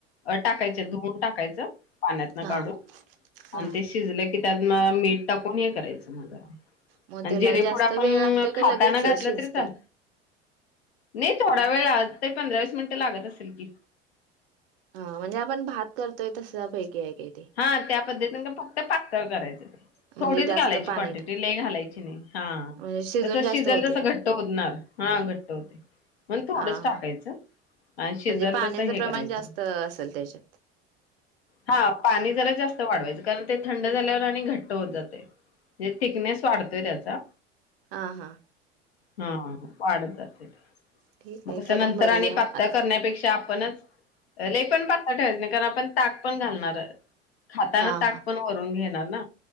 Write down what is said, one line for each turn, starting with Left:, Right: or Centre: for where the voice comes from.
Left: टाकायचं धुवून टाकायचं पाण्यातन
Right: हा
Left: काढून
Right: हा
Left: आणि ते शिजले की त्यात म मीठ टाकून हे करायचं मग जरा
Right: मग
Left: आणि
Right: त्याला
Left: जिरेपुड
Right: जास्त
Left: आपण
Right: वेळ लागतोय का
Left: खाताना
Right: लगेच
Left: घातलं
Right: शिजतय
Left: तरी चालेल नाही थोडा वेळ ते पंधरा वीस मिनिटं लागत असतील की
Right: हा म्हणजे आपण भात करतोय तश्यापैकी आहे काय ते
Left: हा त्या पद्धतीन का फक्त पातळ करायचं ते
Right: म्हणजे
Left: थोडीच
Right: जास्त
Left: घालायची
Right: पाणी
Left: क्वांटिटी लई घालायची नाही हा
Right: म्हणजे शिजून
Left: कसं
Right: जास्त
Left: शिजल
Right: होते
Left: तसं
Right: काय
Left: घट्ट होत जाणार हा घट्ट होतय म्हणून थोडच
Right: हा
Left: टाकायचं
Right: हा
Left: आणि शिजल
Right: म्हणजे पाण्याचं
Left: तस हे
Right: प्रमाण
Left: करायचं
Right: जास्त असेल त्याच्यात
Left: हा पाणी जरा जास्त वाढवायचं कारण ते थंड झाल्यावर आणि घट्ट होत जातय म्हणजे थिकनेस वाढतोय त्याचा
Right: हा हा
Left: हा वाढत जातय ते
Right: ठीक आहे
Left: मगं
Right: करून
Left: नंतर
Right: बघूया
Left: आणि पातळ
Right: आ
Left: करण्यापेक्षा आपणच लई पण पातळ ठेवायचं नाही कारण आपण ताक पण घालणार त्यात खाताना
Right: हा
Left: ताक
Right: हा
Left: पण वरून घेणार ना